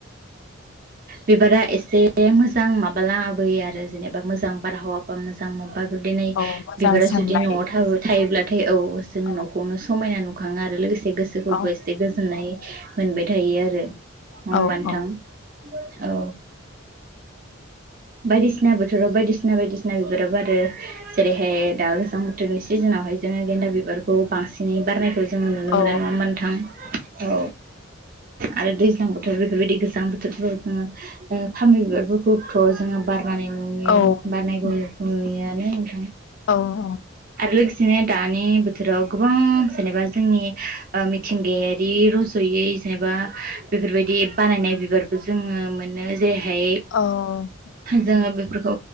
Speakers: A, on the left (about 65°); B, on the right (about 45°).
A: <inaudible>
B: बिबारा एसे मोजां माबा लाबोयो आरो जेनोबा मोजां बारहावा बा मोजां मा बा बिदिनै
A: औ मोजां
B: बिबारा
A: साननाय
B: जुदि न'आव थाब थायोब्लाथाय औ जोङो
A: औ
B: नखौनो समायना नु खाङो आरो लोगोसे गोसोखौबो
A: औ
B: एसे गोजोननाय मोनबाय थायो आरो नङा होमबा
A: औ
B: नोथां?
A: औ
B: औ। बायदिसिना बोथोराव बायदिसिना बायदिसि ना बिबारा बारो जेरैहाय दा गोजां बोथोरनि सिजोनावहाय जोङो गेन्दा बिबारखौ बांसिनै बारनायखौ जोङो नुनो
A: औ
B: मोनो नङा होमबा नोंथां? औ आरो दैज्लां बोथोर बेफोरबायदि गोजां बोथोरफोराव जोङो ओ फामि बिबारफोरखौ थ' जोङो बारनानै नुयो
A: औ
B: बारनायखौ नुयो आनो नोंथां।
A: औ औ।
B: लोगोसेनो दानि बोथोराव गोबां जेनोबा जोंनि ओ मिथिंगायारि रज यो जेनोबा बेफोरबायदि बानायनाय बिबारबो जोङो मोनो जेरैहाय
A: औ
B: जोङो बेफोरखौ